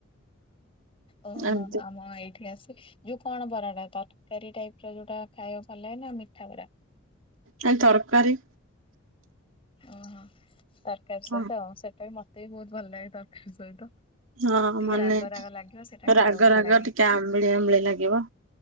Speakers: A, on the left; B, on the right.
A: ଓହୋ,
B: ଏମିତି
A: ଆମ ଏଇଠି ଆସି ଯୋଉ କଣ ବରା ଟା ତରକାରୀ ଟାଇପ୍ ର ଯୋଉଟା ଖାଇବାକୁ ଭଲ ଲାଗେ ନା ମିଠା ବରା?
B: ନାଇଁ ତରକାରୀ।
A: ଓହୋ! ତରକାରୀ ସହିତ
B: ହଁ
A: ସେଟା ବି ମୋତେ ବି ବହୁତ ଭଲ ଲାଗେ ତରକାରୀ ସହିତ।
B: ହଁ
A: ଟିକେ
B: ମାନେ
A: ରାଗ ରାଗ ଲାଗିବ ସେଇଟା ଖାଇବାକୁ
B: ରାଗ
A: ଭଲ
B: ରାଗ
A: ଲାଗେ
B: ଟିକେ ଆମ୍ବଳିଆ ଆମ୍ବଳିଆ ଲାଗିବ।